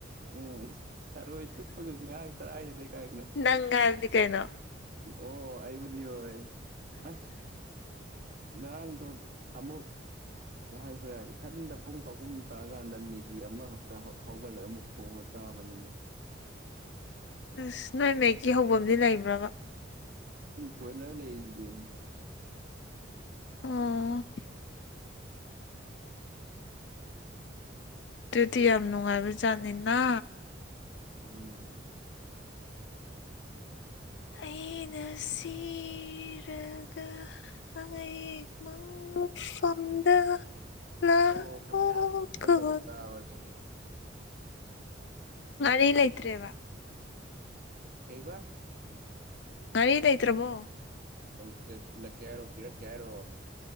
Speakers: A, on the right; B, on the left.
A: ꯎꯝ ꯇꯔꯣꯏ ꯆꯨꯞꯄꯒ ꯉꯥꯔꯥꯡ ꯆꯔꯥ ꯍ‌ꯦꯜꯂ‌ꯦ ꯀꯥꯏꯅ꯫
B: ꯅꯪ ꯍꯥꯏꯕꯅꯤ ꯀꯩꯅꯣ
A: ꯑꯣ ꯑꯩꯕꯨꯗꯤ ꯌꯧꯔ‌ꯦ ꯑꯁ꯫ ꯅꯥꯡꯗꫭ ꯑꯃꯨꯛ꯫ ꯀꯩ ꯍꯥꯏꯁꯤꯔꯦ ꯏꯊꯟꯗ ꯄꯨꯡ ꯑꯍꯨꯝ ꯇꯥꯔꯀꯥꯟꯗ ꯃꯦꯒꯤ ꯑꯃꯈꯛꯇ ꯍꯧꯒꯠꯂꯒ ꯑꯃꯨꯛ꯫ ꯍꯒꯠꯇꯕꯅꯤꯅꯦ꯫
B: ꯑꯁ ꯅꯣꯏ ꯃꯦꯛꯀꯤ ꯍꯧꯕꯝꯗꯤ ꯂꯩꯕ꯭ꯔꯥꯕ꯫
A: ꯕꫭꯏꯂꯔ ꯂꯩꯁꯤꯗꯤ꯫
B: ꯑꫭ꯫ ꯑꯗꯨꯗꯤ ꯌꯥꯝ ꯅꯨꯡꯉꯥꯏꯕꯖꯥꯠꯅꯤꯅ꯫
A: ꯎꯝ꯫
B: ꯑꯩꯩꯅꯁꯤ꯫ ꯔꯒ ꯍꯌ‌ꯦꯡ ꯃꯪꯐꯝꯗ꯫ ꯂꯥꯛꯑꯣ
A: ꯃꫭꯔꫭꯛꯀ ꯃꯌꯥꯝ ꯍꯥꯞꯆꯤꯜꯂꯒ
B: ꯀꯣꯟ
A: ꯆꯥꯕ ꯑꯗꯨꯒꯤ꯫
B: ꯉꯥꯔꯤꯂꯩꯇ꯭ꯔ‌ꯦꯕ꯫
A: ꯀꯩꯕ꯫
B: ꯉꯔꯤꯂꯩꯇ꯭ꯔꯕꯣ꯫
A: ꯂꯩꯇ꯭ꯔ‌ꯦ ꯊꯤꯜꯂꯛꯀꯦ ꯍꯥꯏꯔꯣ ꯄꯤꯔꯛꯀꯦ ꯍꯥꯏꯔꯣ꯫